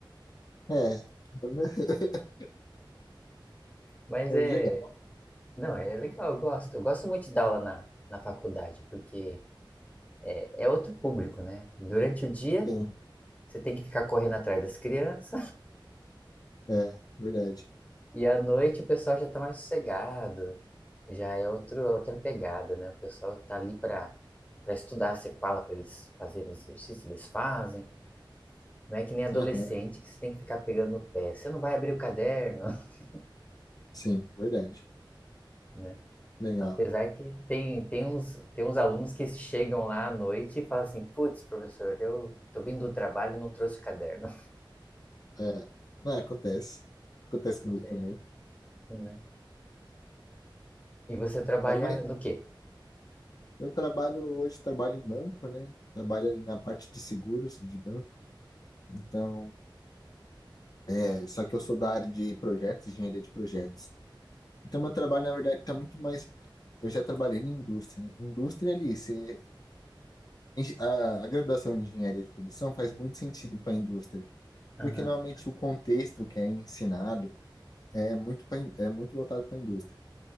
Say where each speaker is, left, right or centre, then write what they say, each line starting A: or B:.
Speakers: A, on the left (about 50°); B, on the left (about 15°).
A: É. <laughs>
B: Mas
A: É
B: é.
A: Legal.
B: Não, é legal, eu gosto. Eu gosto muito de dar aula na, na faculdade, porque é, é outro público, né? Durante o dia,
A: Sim.
B: você tem que ficar correndo atrás das crianças
A: É, verdade.
B: E à noite o pessoal já tá mais sossegado, já é outro, outra pegada, né? O pessoal tá ali pra, pra estudar, você fala pra eles fazerem os exercícios, eles fazem. Não é que nem adolescente
A: Aham.
B: que você tem que ficar pegando no pé. Você não vai abrir o caderno, <laughs>
A: Sim, verdade.
B: né?
A: Legal.
B: Apesar que tem, tem, uns, tem uns alunos que chegam lá à noite e falam assim, putz, professor, eu tô vindo do trabalho e não trouxe o caderno,
A: É. Não, acontece.
B: <laughs>
A: Acontece
B: Acontece.
A: comigo também.
B: né? E você trabalha
A: É, mas
B: no quê?
A: eu trabalho hoje, trabalho em banco, né? Trabalho ali na parte de seguros de banco. Então, é, só que eu sou da área de projetos, engenharia de projetos. Então, meu trabalho, na verdade, está muito mais eu já trabalhei na indústria, né? Indústria ali, você, a, a, graduação de engenharia de produção faz muito sentido para a indústria,
B: Aham,
A: porque normalmente o contexto que é ensinado é muito, pra é muito voltado para a indústria.